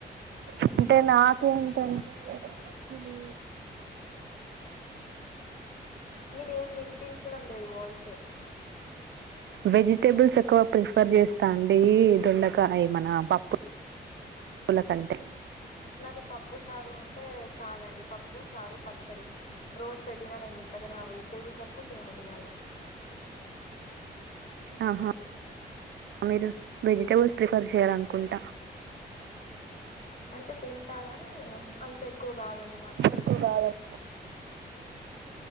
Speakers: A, on the right (about 75°); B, on the left (about 40°).
A: అంటే నాకేంటంటే పప్పులు
B: మీదేం వినిపించడం లేదు వాయిసు
A: వెజిటేబుల్స్ ఎక్కువ ప్రిఫర్ చేస్తా అండి <unintelligible> కాయ మన పప్పు పప్పుల కంటే
B: నాకు పప్పు చారు ఉంటే చాలండి పప్పు చారు పచ్చడి రోజు పెట్టినా నేను తింటకనే ఆ వెజిటేబుల్స్ అస్సలు తినబుద్ధి కాదు
A: ఆహా మీరు వెజిటబుల్స్ ప్రిఫర్ చేయాలనుకుంట
B: అంటే తింట గాని అంత ఎక్కువ కాదున్నమాట
A: ఎక్కువ కాదండి